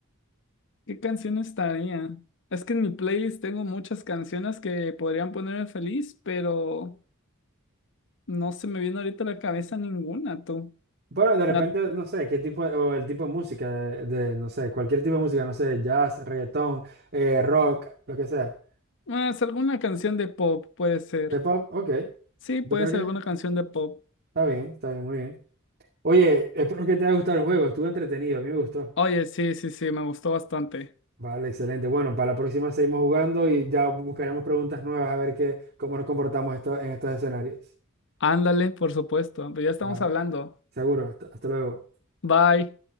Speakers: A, on the left; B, on the right.
A: ¿Qué canción estaría? Es que en mi playlist tengo muchas canciones que podrían ponerme feliz, pero no se me viene ahorita a la cabeza ninguna, tú.
B: Bueno, de repente,
A: La...
B: no sé, qué tipo, o el tipo de música, de, de, no sé, cualquier tipo de música, no sé, jazz, reggaetón, eh, rock, lo que sea.
A: ah, es alguna canción de pop, puede ser.
B: De pub, ok.
A: Sí,
B: Yo
A: puede
B: creo
A: ser
B: que
A: alguna canción de pop.
B: está bien, está bien, muy bien. Oye, espero que te haya gustado el juego. Estuvo entretenido, a mí me gustó.
A: Oye, sí, sí, sí, me gustó bastante.
B: Vale, excelente. Bueno, para la próxima seguimos jugando y ya buscaremos preguntas nuevas a ver qué, cómo nos comportamos esto, en estos escenarios.
A: Ándale, por supuesto, pero ya estamos
B: Vale,
A: hablando.
B: seguro. hasta hasta luego.
A: Bye.